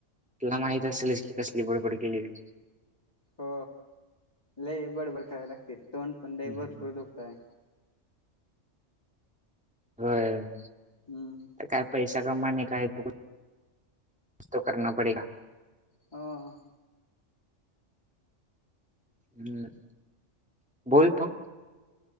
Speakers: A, in the centre; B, on the left.
A: तुला माहित
B: हा
A: असेलच की. कसली बडबड केलेली.
B: हो लई बडबड कराय लागते रे तोंड पण
A: हम्म
B: लई भरपूर दुखतय.
A: होय.
B: हम्म.
A: आता पैशा कमाणे का हे तो कुछ तो करना पडेगा.
B: हां.
A: हम्म बोल फ